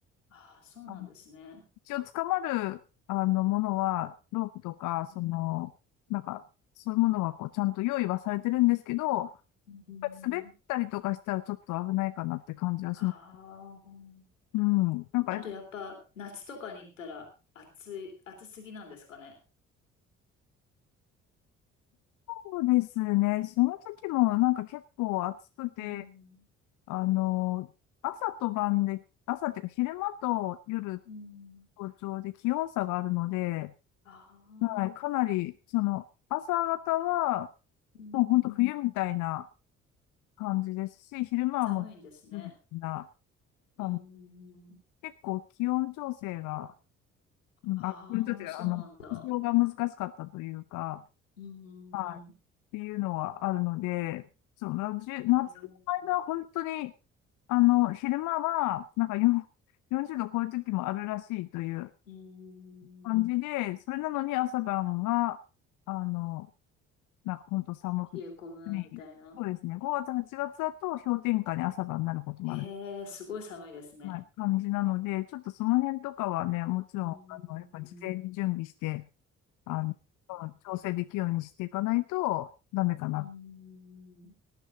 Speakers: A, on the left; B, on the left.
A: ああ、そうなんですね。
B: あの一応捕まる、あの、ものは、ロープとか、
A: うん
B: その、なんか、そういうものは、こう、ちゃんと用意はされてるんですけど、やっ
A: うん、
B: ぱり滑ったりとかしたらちょっと危ないかなって感じはします。
A: ああ。
B: うん。なんか、やっぱ
A: あとやっぱ夏とかに行ったら暑い、暑すぎなんですかね。
B: そうですね。その時も、なんか結構暑くて、
A: うん。
B: あの、朝と晩で、朝っていうか昼間と夜、
A: うん。
B: 早朝で気温差があるので、
A: あ
B: はい、かなり、その、朝方は、
A: うーん、
B: もう本当冬みたいな感じですし、昼間はもう、
A: 寒いんですね。
B: ルビな
A: うーん。
B: 感じ。結構気温調整が、うんあ、
A: ああ、
B: 気温調整が、
A: そうなんだ。
B: あの、服装が難しかったというか、
A: うー
B: はい、っていうのはあるので、
A: ん。
B: その、じゅ夏の間は本当に、
A: おー
B: あの、昼間は、なんかよん40度超える時もあるらしいという
A: うーん。
B: 感じで、それなのに朝晩が、あの、なんか本当寒くて。
A: 冷え込むみたいな。
B: はいそうですね。5月、8月だと氷点下に朝晩になることもある、
A: へえ、すごい寒いですね。
B: はい、感じなので、ちょっとその辺とかはね、もちろん、
A: うーん。
B: あの、やっぱり事前に準備して、
A: うーん。
B: あの、調整できるようにしていかないとダメかな、
A: うーん。